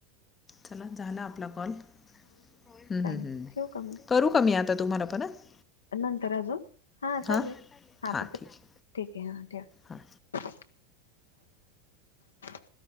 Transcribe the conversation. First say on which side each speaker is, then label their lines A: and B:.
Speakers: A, on the left; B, on the left.
A: चला झाला आपला कॉल होय हम्म
B: चालेल
A: हम्म
B: ठेव का मग
A: करू का मी आता तुम्हाला परत?
B: नंतर अजून हा चालेल
A: हां?
B: हा
A: हां,
B: फक्त
A: ठीक आहे.
B: ठीक आहे हा ठेवा
A: हां.
B: <inaudible>